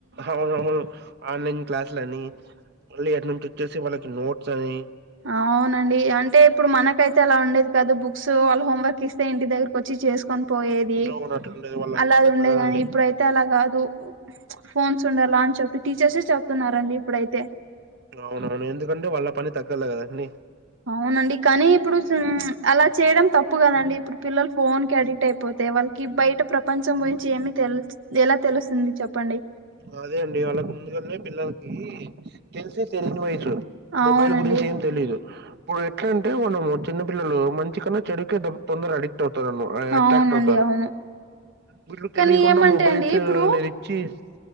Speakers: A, on the right; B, on the right.
A: అవునవును ఆన్లన్ క్లాసుల అని మళ్ళీ అట్నుంచోచ్చేసి వాళ్ళకి నోట్స్ అని
B: అవునండి అంటే ఇప్పుడు మనకైతే అలా ఉండేది కదా బుక్స్ వాళ్ళ హోంవర్క్ ఇస్తే ఇంటి దగ్గరకు వచ్చి చేస్ కొని పోయేది
A: అవును అట్లుండేది వాళ్ళకి
B: అలాది
A: ఇప్పుడు అట్లా
B: ఉండేది
A: కాదండి
B: గాని ఇప్పుడై అయితే అలా కాదు ఫోన్స్ ఉండాల అని చెప్పి టీచర్సే చెప్తున్నారండి ఇప్పుడైతే
A: అవునవును ఎందుకంటే వాళ్ళ పని తగ్గలే కదండి
B: అవునండి కానీ ఇప్పుడు అలా చేయడం తప్పు కదండి ఇప్పుడు పిల్లలు ఫోన్ కి అడిక్ట్ అయిపోతే వాళ్ కీ బయట ప్రపంచం గురించి ఏమి తెలు ఎలా తెలుస్తుంది చెప్పండి
A: అదే అండి వాళ్ళకు ముందుగానే పిల్లలకి తెలిసి తెలియని వయసు
B: అవునండి
A: మొబైల్ గురించి ఏం తెలీదు ఇప్పుడు ఎట్లా అంటే మనము చిన్నపిల్లలు మంచి కన్నా చెడుకే తొందర అడిక్ ట్ అవుతారు ఆ అట్రాక్ట్
B: అవునండి
A: అవుతారు
B: అవును
A: గుడ్లు తెలియకుండా
B: కానీ ఏమంటే
A: మొబైల్స్
B: అండి ఇప్పుడు
A: నేన్ ఇచ్చేస్